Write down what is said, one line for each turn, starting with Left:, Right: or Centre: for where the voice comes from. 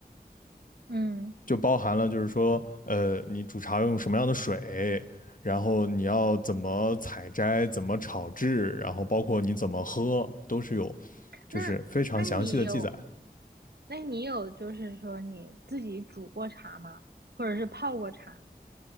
Right: 嗯，
Left: 就包含了就是说，呃，你煮茶要用什么样的水，然后你要怎么采摘，怎么炒制，然后包括你怎么喝，都是有就是非常详细的记载。
Right: 那那你有，那你有就是说你自己煮过茶吗？或者是泡过茶？